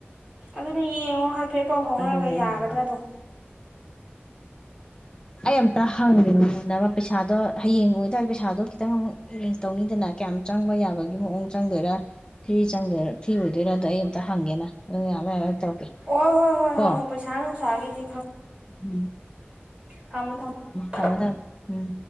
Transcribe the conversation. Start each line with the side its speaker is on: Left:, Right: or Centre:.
Right: ꯑꯗꯨꯅꯦ ꯌꯦꯡꯉꯣ ꯍꯥꯏꯐꯦꯠ ꯄꯥꯎ ꯐꯥꯎꯅꯔꯒ
Left: ꯑꯗꯨꯅꯦ ꯑꯩꯅ
Right: ꯌꯥꯒꯗ꯭ꯔꯥꯗꯣ
Left: ꯍꯥ
Right: <inaudible>
Left: ꯑꯩ ꯑꯃꯝꯇ ꯍꯪꯒꯦꯅꯨꯅꯕ ꯄꯩꯁꯥꯗꯣ ꯍꯌꯦꯡ ꯑꯣꯏꯇꯥꯗꯤ ꯄꯩꯁꯥꯗꯣ ꯈꯤꯇꯪ ꯑꯃꯨꯛ ꯑꯦꯔꯦꯟꯖ ꯇꯧꯅꯤꯗꯅ ꯀꯌꯥꯝ ꯆꯪꯕ ꯌꯥꯕꯒꯤ ꯃꯑꯣꯡ ꯆꯪꯗꯣꯏꯔꯥ ꯐ꯭ꯔꯤ ꯆꯪꯗꯣꯏꯔ ꯐ꯭ꯔꯤ ꯑꯣꯏꯗꯣꯏꯔ ꯑꯗꯣ ꯑꯩ ꯑꯃꯝꯇ ꯍꯪꯒꯦꯅ ꯑꯗꯨ ꯑꯩ ꯉꯥꯏꯍꯥꯛ ꯂꯩꯔ꯭ꯒ ꯇꯧꯔꯛꯀꯦ
Right: ꯑꯣ ꯍꯣꯏ ꯍꯣꯏ
Left: ꯀꯣ
Right: ꯍꯪꯉꯣ ꯄꯩꯁꯥ ꯅꯨꯡꯁꯥꯒꯤꯗꯤ
Left: ꯎꯝ
Right: ꯊꯝ ꯊꯝ ꯑ
Left: ꯊꯝꯃꯦ ꯊꯝꯃꯦ ꯎꯝ